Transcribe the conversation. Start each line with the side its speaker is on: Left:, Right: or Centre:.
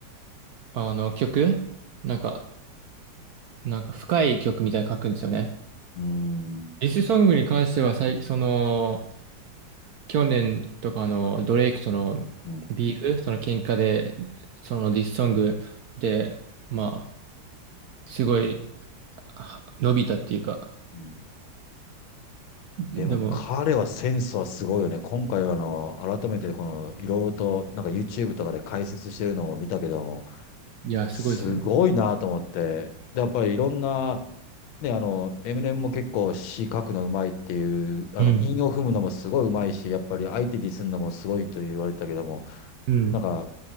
Right: あの曲なんか、なんか深い曲みたいに書くんですよね。
Left: ん。
Right: ディスソングに関しては、さい、その、去年とかのドレイクとの
Left: うん。
Right: ビーフ、その喧嘩で、そのディスソングで、まあ、すごいは伸びたっていうか、
Left: うん
Right: でも、
Left: でも彼はセンスはすごいよね。今回はあの、改めてこの、いろいろと、なんか YouTube とかで解説してるのを見たけども、
Right: いや、
Left: すごいなと思って。
Right: すごいですね。
Left: で、やっぱりいろんな、ね、あの、エミネムも結構詩書くのうまいっていう、あの、
Right: うん。
Left: 韻を踏むのもすごいうまいし、やっぱり相手ディスるのもすごいと言われたけども、
Right: うん。
Left: なんか、